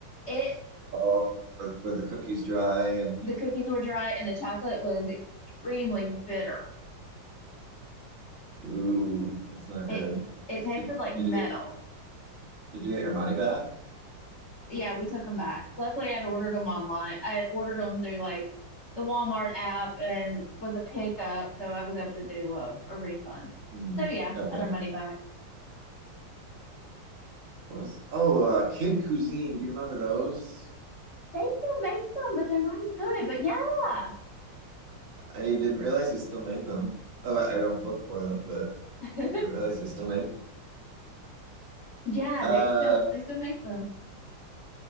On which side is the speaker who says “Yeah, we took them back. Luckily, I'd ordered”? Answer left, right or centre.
Left